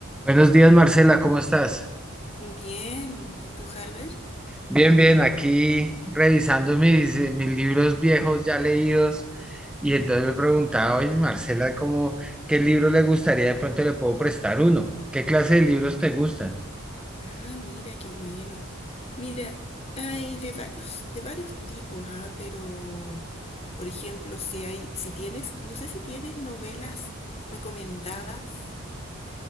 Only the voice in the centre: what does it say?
Buenos días, Marcela, ¿cómo estás?
Bien, bien, aquí revisando mis, eh, mis libros viejos ya leídos y entonces me preguntaba, oye, Marcela, ¿cómo, qué libro le gustaría? De pronto le puedo prestar uno. ¿Qué clase de libros te gustan?